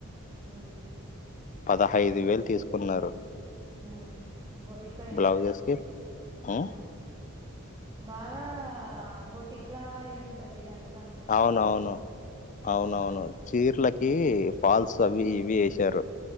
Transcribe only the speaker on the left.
పదహైదు వేలు తీసుకున్నారు
బ్లౌజెస్
కి ఉమ్,
అవునవును
అవునవును చీరలకి ఫాల్స్ అవి ఇవి ఏసారు